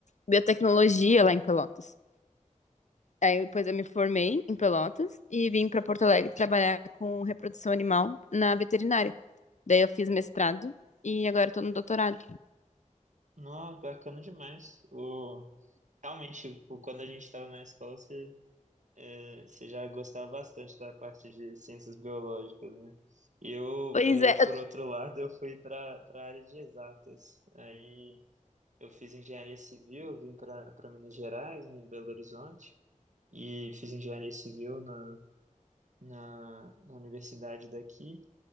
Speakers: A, on the left; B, on the right.
A: biotecnologia lá em Pelotas. Aí depois eu me formei em Pelotas e vim para Porto Alegre trabalhar com reprodução animal na veterinária. Daí eu fiz mestrado e agora eu tô no doutorado.
B: Nossa, bacana demais. O, realmente, o- quando a gente estava na escola, você, é, você já gostava bastante da parte de ciências biológicas, né? Eu,
A: Pois
B: é,
A: é, <laughs>
B: por outro lado, eu fui para para a área de exatas. Aí. Eu fiz engenharia civil, vim para para Minas Gerais, né, em Belo Horizonte, e fiz engenharia civil na, na, na universidade daqui.